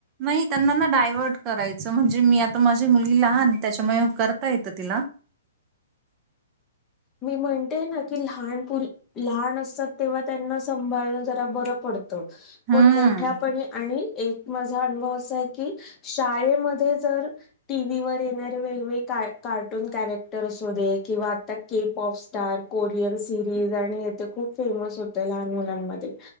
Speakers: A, on the right (about 25°); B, on the left (about 20°).
A: नाही त्यांना ना डायवर्ट करायचं म्हणजे मी आता माझी मुलगी लहान त्याच्यामुळे करता येतं तिला
B: मी म्हणते ना की लहान पुरी लहान असतात तेव्हा त्यांना सांभाळण जरा बरं पडतं
A: हम्म
B: ण मोठ्यापणी आणि एक माझा अनुभव असा आहे की शाळेमध्ये जर टी व्ही वर येणारे वेगवेगळे कार्टून कॅरेक्टर असु दे किंवा आता cape of star Korean series आणि हेत खूप फेमस होते लहान मुलांमध्ये